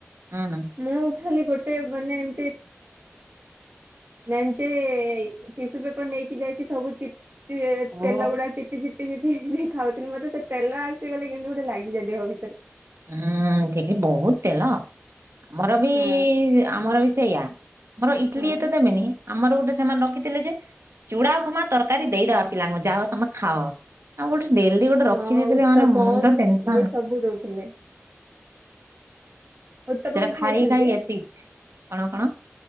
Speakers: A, on the right; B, on the right.
A: ହୁଁ
B: ମୁଁ ଖାଲି ଗୋଟେ ମାନେ ଏମତି ମେଞ୍ଚେ ଟିସୁ ପେପର ନେଇକି ଯାଇକି ସବୁ ଚିପ୍
A: ଓ।
B: ତେଲଗୁଡା ଚିପିଚିପି ଚିପିଚିପି ଖାଉଥିଲି ମତେ ସେ ତେଲ ଆସିଗଲେ କେମିତି ଗୋଟେ ଲାଗିଯାଏ ଦେହ ଭିତରେ
A: ହୁଁ ଠିକ ବହୁତ ତେଲ ଆମର ବି
B: ହଁ
A: ଆମର ବି ସେଇଆ ଆମର ଇଟିଲି
B: ହଁ।
A: ଏତେ ଦେମେନି ଆମର ଗୋଟେ ସେମାନେ ରଖିଥିଲେ ଯେ ଚୁଡା ଉପମା ତରକାରୀ ଦେଇଦବା ପିଲାଙ୍କୁ ଯାହାଉ ତମେ ଖାଅ ଆଉ ଗୋଟେ ଡେଲି ଗୋଟେ
B: ହଁ
A: ରଖିଦେଇଥିଲେ
B: ଉତ୍ତପମ
A: ମାନେ ମୁଣ୍ଡ ଟେନସନ
B: ଇଏ ସବୁ ଦଉଥିଲେ। ଉତ୍ତପମ
A: ସେଟା
B: ଖାଇଛନ୍ତି।
A: ଖାଇ ଖାଇ ଏସିଟ୍ କଣ କଣ?